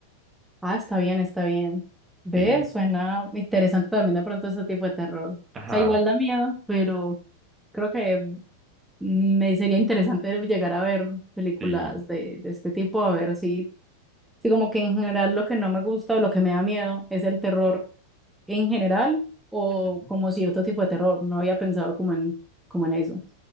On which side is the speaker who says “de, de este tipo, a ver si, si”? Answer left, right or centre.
Centre